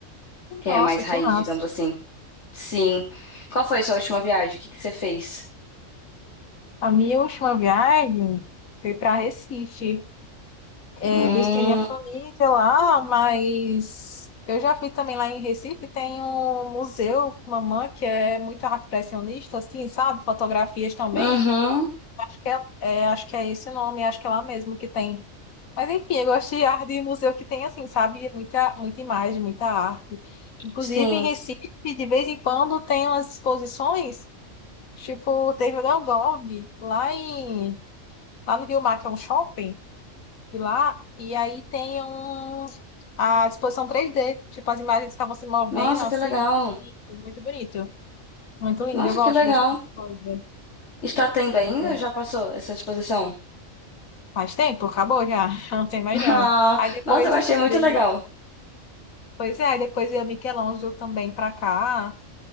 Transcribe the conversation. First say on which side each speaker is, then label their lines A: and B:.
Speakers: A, on the left; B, on the left.
A: que
B: Nossa,
A: é mais raiz,
B: que massa.
A: digamos assim. Sim. Qual foi a sua última viagem? O que que você fez?
B: A minha última viagem foi para Recife. Revista
A: Hum,
B: tem minha família lá, mas eu já fui também lá em Recife, tem um museu, mamã que é muito arte impressionista, assim, sabe? Fotografias também.
A: uhum,
B: Acho que é, é, acho que é esse o nome, acho que é lá mesmo que tem. Mas enfim, eu gosto de arte de museu que tem, assim, sabe? Muita, muita imagem, muita arte. Inclusive
A: sim.
B: em Recife, de vez em quando, tem umas exposições, tipo, teve o Van Gogh, lá em, lá no Rio Mar, que é um shopping lá, e aí tem um, a disposição 3D, tipo, as imagens estavam se movendo,
A: Nossa,
B: assim,
A: que legal.
B: muito bonito, muito bonito. Muito lindo,
A: Nossa,
B: eu gosto
A: que legal.
B: desse tipo de coisa.
A: Está tendo
B: Aí,
A: ainda
B: é,
A: ou já passou essa exposição?
B: Faz tempo, acabou já, <laughs> não tem mais
A: <laughs>
B: não.
A: Ah,
B: Aí depois,
A: nossa, eu achei muito
B: de-
A: legal.
B: pois é, aí depois eu Michelangelo também pra cá.